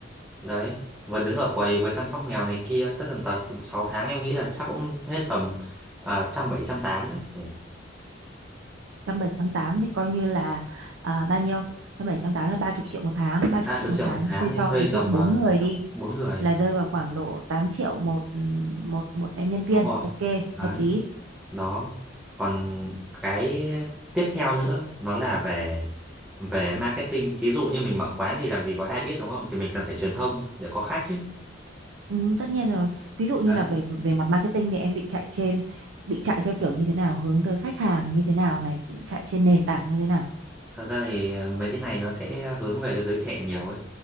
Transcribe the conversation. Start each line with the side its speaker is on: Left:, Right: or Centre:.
Centre: đấy vừa đứng ở quầy vừa chăm sóc mèo này kia tất tần tật thì 6 tháng em nghĩ là chắc cũng hết tầm à, trăm bảy trăm tám đấy nhỉ
Right: trăm bảy trăm tám thì coi như là à, bao nhiêu trăm bảy trăm tám là ba chục triệu một tháng ba chục
Centre: ba
Right: triệu
Centre: chục
Right: một
Centre: triệu
Right: tháng
Centre: một tháng
Right: chia
Centre: thì
Right: cho
Centre: thuê
Right: ví dụ
Centre: tầm
Right: bốn người
Centre: uh,
Right: đi
Centre: 4 người
Right: là rơi vào khoảng độ 8 triệu một ừ, một một em nhân viên
Centre: đúng rồi
Right: ok
Centre: đấy
Right: hợp lý
Centre: đó còn cái tiếp theo nữa nó là về về marketing thí dụ như mình mở quán thì làm gì có ai biết đúng không thì mình cần phải truyền thông để có khách chứ
Right: ừ, tất nhiên rồi ví dụ như
Centre: đấy
Right: là về về mặt marketing thì em định chạy trên định chạy theo kiểu như thế nào hướng tới khách hàng như thế nào này định chạy trên nền tảng như thế nào
Centre: thật ra thì mấy cái này nó sẽ hướng về cái giới trẻ nhiều ấy